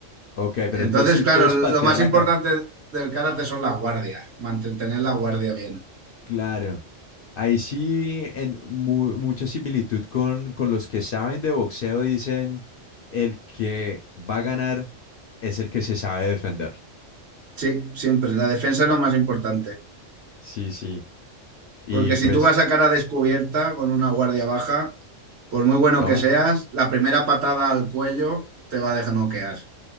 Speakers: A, on the left (about 60°); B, on the right (about 55°).
A: ok, pero
B: Entonces,
A: entonces sí
B: claro,
A: puedes
B: lo
A: patear
B: más
A: la
B: importante
A: cara.
B: del karate son las guardias, mantener la guardia bien.
A: Claro. Ahí sí, en mu- mucha similitud con, con los que saben de boxeo, dicen, el que va a ganar es el que se sabe defender.
B: Sí, siempre, la defensa es lo más importante.
A: Sí, sí. Y
B: Porque
A: pues,
B: si tú vas a cara descubierta con una guardia baja, por muy bueno
A: toma.
B: que seas, la primera patada al cuello te va a dejar noquear.